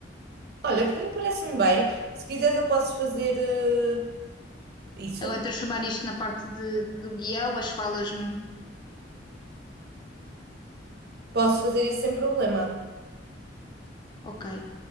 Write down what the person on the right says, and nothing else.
Olha, para mim parece-me bem. Se quiseres eu posso fazer eh, isso.
Posso fazer isso sem problema,